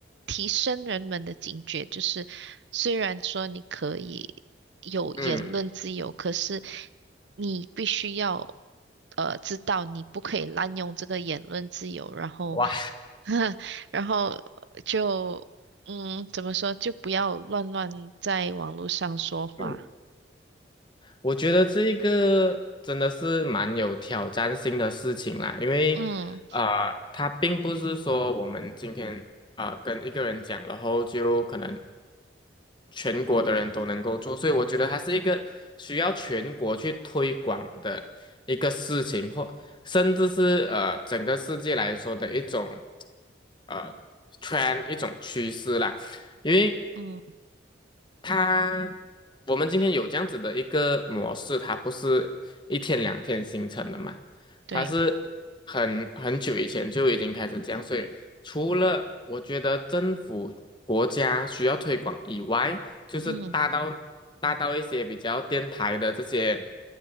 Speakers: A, on the right; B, on the left.
A: 提升人们的警觉？就是虽然说你可以有言论自由，
B: 嗯
A: 可是你必须要呃知道你不可以滥用这个言论自由，然后
B: 哇。
A: <laughs> 然后就嗯怎么说，就不要乱乱在网络上说话。
B: 嗯。我觉得这一个真的是蛮有挑战性的事情啦，因为啊、
A: 嗯
B: 呃它并不是说我们今天啊、呃跟一个人讲，然后就可能全国的人都能够做，所以我觉得它是一个需要全国去推广的一个事情，或甚至是呃整个世界来说的一种呃 t r 一种趋势啦，因为
A: 嗯，
B: 它我们今天有这样子的一个模式，它不是一天两天形成的嘛，
A: 对，
B: 它是很很久以前就已经开始这样，所以除了我觉得政府国家需要推广以外，就是大到大到一些比较电台的这些
A: 嗯